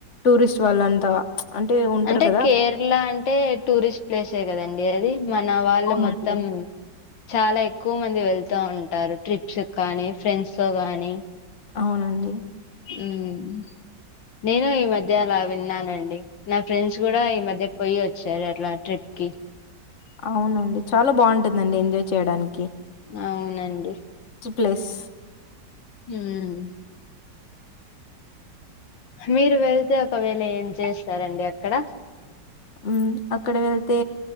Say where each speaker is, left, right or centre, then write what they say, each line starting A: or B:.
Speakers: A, on the left; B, on the left.
A: టూరిస్ట్ వాళ్ళంతా ఉంటారు
B: అంటే
A: కదా
B: కేరళ అంటే టూరిస్ట్ ప్లేసే కదండి అది మన వాళ్ళు
A: అవునండి
B: మొత్తం చాలా ఎక్కువ మంది వెళ్ తా ఉంటారు ట్రిప్స్ కు కానీ ఫ్రెండ్స్ తో గానీ
A: అవునండి
B: మ్మ్ నేను ఈ మధ్య అలా విన్నానండి నా ఫ్రెండ్స్ కూడా ఈ మధ్య పొయ్యి వచ్చారు అట్లా ట్రిప్ కి
A: అవునండి చాలా బావుంటుందండి ఎంజాయ్ చేయడాని
B: అవునండి
A: ప్లస్
B: హుమ్ మీరు వెళ్తే ఒకవేళ ఏం చేస్తారండి అక్కడ
A: మ్మ్ అక్కడ వెళ్తే